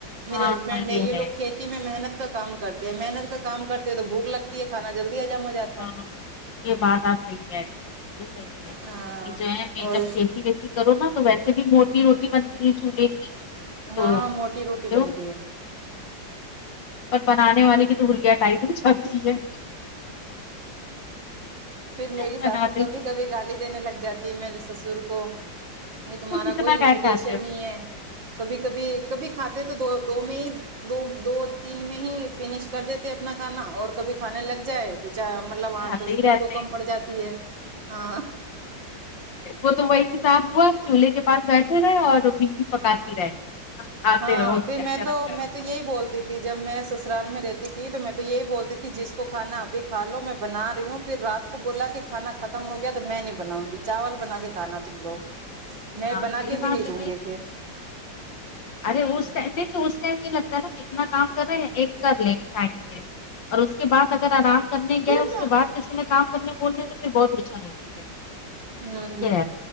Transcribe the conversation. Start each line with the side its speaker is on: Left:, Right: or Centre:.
Right: میرے
Left: ہاں
Right: ہسبینڈ
Left: ہاں،
Right: نے یہ لوگ
Left: ہے
Right: میں محنت کام کرتے ہیں محنت کام کرتے ہیں تو بھوک لگتی ہے کانا جلدی اجم ہو جاتا ہے
Left: ہاں یہ بات آپ صحیح کہہ رہی صحیح کہے رہی ہے
Right: ہاں
Left: یہ جو ہے
Right: اور
Left: جب کھیتی کہتی کرو نا تو ویسے بھی موٹی روٹی بنتی ہے چولہے کی تو
Right: ہاں موٹی روٹی
Left: جو،
Right: بنتی ہے
Left: اور بنانے والے کی تولیا ٹائپ کی سبزی ہے
Right: پھر میری
Left: بناتے
Right: ساسو کبھی
Left: ہیں
Right: کبھی گالی دینے لگ جاتی ہے میرے سسر کو نہیں تمہارا
Left: تو اتنا
Right: کوئی لمیٹیشن
Left: کیا کھاتے ہو
Right: نہیں ہے کبھی کبھی کبھی کھاتے تو دو دو میں ہی دو دو تین میں ہی فینش کر دیتے اپنا کھانا اور کبھی کھانے لگ جائے تو مطلب
Left: کھاتے
Right: آٹھ دس
Left: ہی
Right: دن
Left: رہتے
Right: کو
Left: ہیں
Right: کم پڑ جاتی ہے ہاں
Left: وہ تو وہی حساب ہوا چولہے کے پاس بیٹھے رہے اور بیی پکاتی رہے کھاتے
Right: ہاں
Left: رہو
Right: پھر
Left: کیا
Right: میں
Left: گرم
Right: تو میں
Left: گرم
Right: تو یہی بولتی تھی کی جب میں سسرال میں رہتی تھی تو میں تو یہی بولتی تھی جس کو کھانا ابھی کالو میں بنا رہی ہوں پھر رات کو کو بولا کہ کھانا ختم ہو گیا تو میں نہیں بناؤں گی چاول بنا کے کھانا تم لوگ میں
Left: ہاں
Right: بنا
Left: صحیح
Right: کے بھی
Left: بات
Right: نہیں
Left: ہے
Right: دوں
Left: بھائی
Right: گی پھر
Left: ارے اس ٹائم نہیں تو اس ٹائم نہیں لگتا ہے نا جتنا کام کر رہے ہیں ایک کر لیں ٹائم سے اور اس کے بعد اگر آرام کرنے گئے اس
Right: پھر
Left: کے بعد کسی میں کام کرنے بولتے تو پھر بہت پریشانی ہوتی ہے
Right: ہوں